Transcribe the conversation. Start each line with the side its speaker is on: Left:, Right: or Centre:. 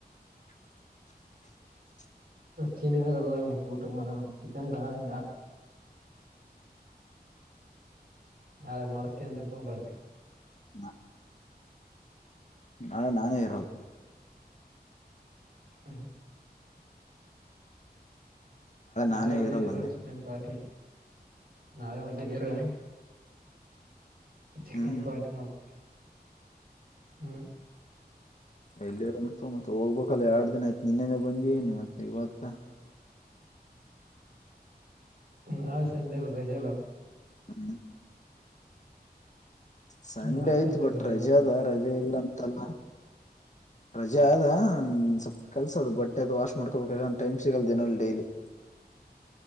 Left: <inaudible>
Right: ಶನಿವರೆಲ್ಲ ಊಟ ಮಾಡಲ್ ಚಿಕನ್ ನಾಳೆ ನಾಳೆ. ನಾಳೆ ಮಾಡರ್ಸ್ತೀ ಅಂದ್ರೂಪ ಬರ್ತ.
Left: ನ <inaudible> ನಾಳೆ ನಾನೇ ಇರಲ್ಲ.
Right: ಹ್ಮ ನಾಳೆ
Left: ನಾನೇ
Right: ಒಂದ
Left: ಇರಲ್ಲ
Right: ನೀರು
Left: ಅಂದೆ
Right: ಚಿಕನ್ ಪಟಿ ನಾಳೆ ಒಂದ ನೀರು. ಚಿಕನ್
Left: ಹ್ಮ್
Right: ಪಾಟಿ ಮಾಡಲ್ ಹ್ಮ್
Left: ಎಲ್ಲಿರಂತು ಮತ್ತೆ ಹೋಗ್ಬೇಕಲ್ಲ ಎರಡ್ ದಿನ ಆಯ್ತು ನಿನ್ನೆನೆ ಬಂದಿ ನಿ ಮತ್ತೆ ಇವತ್ತ.
Right: ನಾಳೆ ಸಂಡೇ ರಜೆಲ್ಲ.
Left: ಹ <unintelligible> ಸಂಡೆ
Right: ನಾಳೆ
Left: ಐತ್ ಬಟ್
Right: ರಜೆಲ್ಲ
Left: ರಜೆ
Right: ಅಂದೆ
Left: ಅದ ರಜೆ ಇಲ್ಲ ಅಂತಲ್ಲ, <unintelligible> ರಜೆ ಅದ ಸ್ವಲ್ಪ್ ಕೆಲ್ಸ ಅದ ಬಟ್ಟೆ ಅದು ವಾಶ್ ಮಾಡ್ಕೋಬೇಕ ಅಂತ ಟೈಮ್ ಸಿಗಲ್ ದಿನ ಡೈಲಿ <unintelligible> <unintelligible>